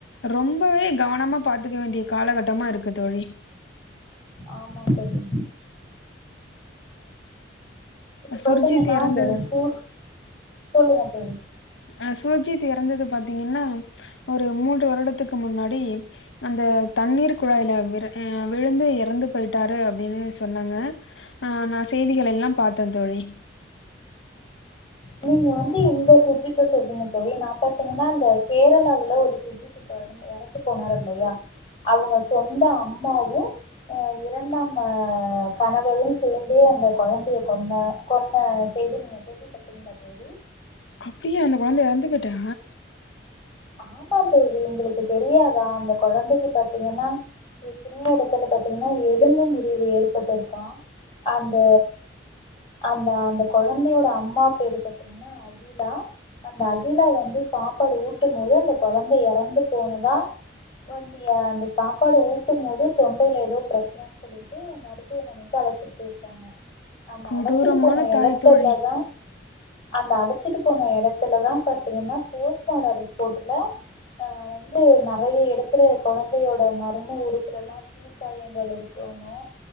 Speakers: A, on the left; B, on the left.
A: ரொம்பவே கவனமா பாத்துக்க வேண்டிய காலகட்டமா இருக்கு தோழி
B: ஆமா தோழி இப்ப பாத்தீங்கன்னா
A: சுர்ஜித் இறந்தது
B: இந்த சூழ் சொல்லுங்க தோழி
A: ஆ சுஜித் எறந்தது பாத்தீங்கன்னா ஒரு மூன்று வருடத்துக்கு முன்னாடி அந்த தண்ணீர் குழாய்ல விற ஆ விழுந்து எறந்து போயிட்டாரு அப்டின்னு சொன்னாங்க ஆ நா செய்திகளெல்லா பாத்த தோழி
B: நீங்க வந்து இந்த சுஜித்த சொலறீங்க தோழி நா பாத்திங்கன்னா இந்த கேரளாவுல ஒரு சுழித்து கொழந்த எறந்து போனாரு இல்லையா அவங்க சொந்த அம்மாவு ஆ இரண்டாம் ஆ கணவரு சேந்தே அந்த கொழந்தைய கொன்ன கொன்ன செய்தி நீங்க கேள்விப்பட்டிங்களா தோழி
A: அப்டியா அந்த கொழந்த எறந்து பொய்ட்டா
B: ஆமா தோழி உங்களுக்கு தெரியாதா அந்த கொழந்தைக்கி பாத்தீங்கன்னா எத்தனையோ எடத்துல பாத்தீங்ன்னா எலும்பு முறிவு ஏற்பட்டுருக்கா அந்த அந்த அந்த கொழந்தையோட அம்மா பேரு பாத்தீங்கன்னா அகிலா அந்த அகிலா வந்து சாப்பாடு ஊட் டும் போது அந்த கொழந்த எறந்து போனதா வந்து ஏ அந்த சாப்பாடு ஊட்டும் போது தொண்டைல ஏதோ பிரச்சனன்னு சொல்லி ட்டு மருத்துவமனைக்கு அழச்சிட்டு போய்ருக்காங்க அநக
A: கொடூரமான
B: அழச்சிட்டு போன எடத்துல
A: தாய் தோழி
B: தா அந்த அழச்சிட்டு போன எடத்துல தா பாத்தீங்கன்னா போஸ்ட் மாடோ ரிப் போட்ல ஆ வந்து நறைய எடத்துல கொழந்தையோட மர்ம உறுப்புலல்லா தீ காயங்கள் இருக்குன்னு